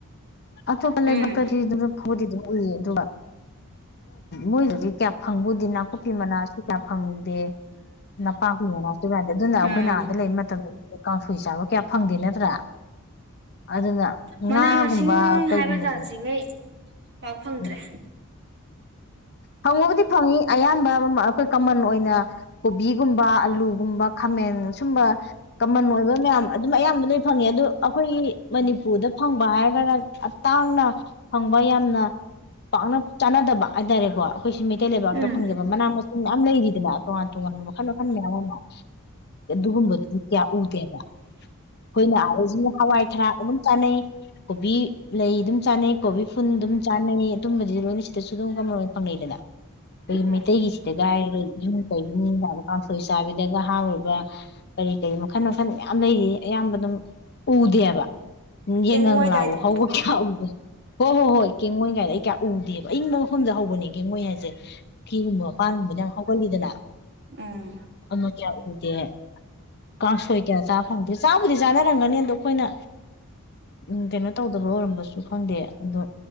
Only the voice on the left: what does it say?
ꯑꯇꯣꯞꯄ ꯂꯩꯕꯥꯛꯇꯗꯤ
<unintelligible> ꯍꯧꯗꯤꯗꯨꯝ ꯎꯏ ꯑꯗꯨꯒ ꯃꯣꯏꯗꯨꯗꯤ ꯀꯌꯥ ꯐꯪꯕꯨꯗꯤ ꯅꯥꯀꯨꯞꯄꯤ ꯃꯅꯥꯁꯨ ꯀꯌꯥ ꯐꯪꯗꯦ ꯅꯄꯥꯛꯄꯤ ꯄꯅꯥꯁꯨ <unintelligible> ꯑꯗꯨꯅ ꯑꯩꯈꯣꯏꯅ
ꯑꯥꯗ ꯂꯩꯕ ꯃꯠ ꯀꯥꯡꯁꯣꯏ ꯆꯥꯕ ꯀꯌꯥ ꯐꯪꯗꯦ ꯅꯠꯇ꯭ꯔꯥ ꯑꯗꯨꯅ
ꯉꯥꯒꯨꯝꯕ
ꯀꯩꯒꯨꯝꯕꯗꯤ
ꯎꯝ ꯐꯪꯕꯕꯨꯗꯤ ꯐꯪꯉꯤ ꯑꯌꯥꯝꯕ ꯑꯈꯣꯏ ꯀꯃꯟ ꯑꯣꯏꯅ ꯀꯣꯕꯤꯒꯨꯝꯕ ꯑꯂꯨ ꯑꯂꯨꯒꯨꯝꯕ ꯈꯥꯃꯦꯟ ꯁꯨꯝꯕ ꯀꯃꯟ ꯑꯣꯏꯕ ꯃꯌꯥꯝ ꯑꯗꯨꯝ ꯑꯌꯥꯝꯕ ꯂꯣꯏ ꯐꯪꯉꯦ ꯑꯗꯨ ꯑꯩꯈꯣꯏꯒꯤ ꯃꯅꯤꯄꯨꯔꯗ ꯐꯪꯕ ꯍꯥꯏꯔꯒꯅ ꯑꯩ ꯇꯥꯡꯅ ꯐꯪꯕ ꯌꯥꯝꯅ ꯄꯥꯛꯅ ꯆꯥꯟꯅꯗꯕ ꯍꯥꯏꯇꯥꯔꯦꯀꯣ ꯑꯩꯈꯣꯏꯁꯤ ꯃꯩꯇꯩ ꯂꯩꯕꯥꯛꯇ
ꯐꯪꯖꯕ ꯃꯅꯥ ꯃꯁꯤꯡ ꯃꯌꯥꯝ ꯂꯩꯔꯤꯗꯅ ꯇꯣꯉꯥꯟ ꯇꯣꯉꯥꯟꯕ ꯃꯈꯟ ꯃꯈꯟ ꯃꯌꯥꯝ ꯑꯃ ꯑꯗꯨꯒꯨꯝꯕꯗꯨꯗꯤ ꯀꯌꯥ ꯎꯗꯦꯕ ꯑꯩꯈꯣꯏꯅ ꯑꯥꯗ <unintelligible> ꯍꯋꯥꯏ ꯊꯔꯥꯛ ꯑꯗꯨꯝ ꯆꯥꯅꯩ ꯀꯣꯕꯤ ꯂꯩ ꯑꯗꯨꯝ ꯆꯥꯅꯩ ꯀꯣꯕꯤ ꯐꯨꯟ ꯑꯗꯨꯝ ꯆꯥꯅꯩ ꯑꯗꯨꯨꯝꯕꯖꯤꯗꯤ ꯂꯣꯏꯅ ꯁꯤꯗꯁꯨ ꯑꯗꯨꯝ ꯀꯃꯟ ꯐꯪꯅꯩꯗꯅ ꯑꯈꯣꯏꯒꯤ
ꯃꯩꯇꯩꯒꯤꯁꯤꯗꯒ ꯍꯥꯏꯔꯒ ꯌꯨꯝꯀꯩꯒꯤ ꯃꯤꯅ ꯀꯥꯡꯁꯣꯏ ꯆꯥꯕꯤꯗꯒ ꯍꯥꯞꯔꯤꯕ ꯀꯔꯤ ꯀꯔꯤ ꯃꯈꯟ ꯃꯈꯟ ꯃꯌꯥꯝ ꯂꯩꯔꯤ ꯑꯌꯥꯝꯕ ꯑꯗꯨꯝ ꯎꯗꯦꯕ ꯎꯝ
ꯌꯥꯏꯉꯪ ꯂꯥꯕꯧ
ꯍꯧꯕ ꯀꯌꯥ ꯎꯗꯦ ꯍꯣ ꯍꯣ ꯍꯣꯏ ꯀꯦꯡꯉꯣꯏ ꯀꯥꯏꯗꫭ ꯑꯩ ꯀꯌꯥ ꯎꯗꯦ ꯑꯏꯪꯕ ꯃꯐꯝꯗ ꯍꯧꯕꯅꯤ ꯃꯣꯏ ꯍꯥꯏꯁꯦ ꯄꯨꯈꯤꯒꯨꯝꯕ ꯃꯄꯥꯟꯒꯨꯝꯕꯅ ꯌꯥꯝ ꯍꯧꯒꯂꯤꯗꯅ
ꯑꯃ ꯀꯌꯥ ꯎꯗꯦ ꯀꯥꯡꯁꯣꯏ ꯀꯌꯥ ꯆꯥ ꯐꯪꯗꯦ ꯆꯥꯕꯨꯗꯤ ꯆꯥꯅꯔꯝꯒꯅꯤ ꯑꯗꯣ ꯑꯩꯈꯣꯏꯅ ꯎꯝ ꯀꯩꯅꯣ ꯇꯧꯗꯕ ꯑꯣꯏꯔꯝꯕꯁꯨ ꯈꯪꯗꯦ ꯑꯗꯣ